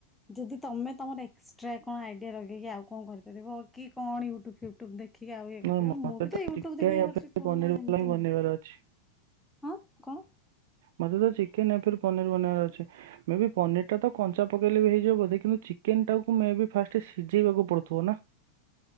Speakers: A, in the centre; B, on the right.
A: ଯଦି ତମେ ତମର ଏକ୍ସଟ୍ରା କଣ ଆଇଡିଆ ଲଗେଇକି ଆଉ କଣ କରିପାରିବ କି କଣ ୟୁଟୁବ୍ ଫିୟୁ ୟୁଟ୍ୟୁବ ଦେଖିକି ଆଉ ଇଏ
B: ନାଇଁ
A: କରିପାରିବ
B: ମୋତେ
A: ମୁଁ ବି ତ ୟୁଟ୍ୟୁବ
B: ଚିକେନ୍
A: ଦେଖିକି
B: ୟା
A: କରିୁଛି
B: ଫିର୍
A: ପୁରୁଣା
B: ପନିର୍ ବାଲା
A: ସେମିତି
B: ହିଁ ବନେଇବାର
A: ନୁହଁ
B: ଅଛି
A: ହଁ କଣ?
B: ମୋତେ ତ ଚିକେନ ପନିର ବନେଇ ଅଛି ମେ ବି ପନିର ଟା ତ କଞ୍ଚା ପକେଇଲେ ବି ହେଇଯିବ ବୋଧେ କିନ୍ତୁ ଚିକେନ ଟାକୁ ମ ଫାଷ୍ଟ ସିଝେଇବାକୁ ପଡୁଥିବ ନା